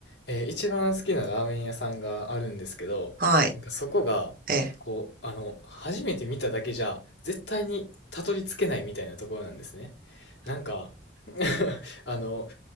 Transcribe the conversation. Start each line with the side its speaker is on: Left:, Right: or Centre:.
Left: えー一番好きなラーメン屋さんがあるんですけど、
Right: はい。
Left: なんかそこが、
Right: ええ、
Left: こう、あの、初めて見ただけじゃ、絶対にたどり着けないみたいなところなんですね。なんか、<laughs> あの、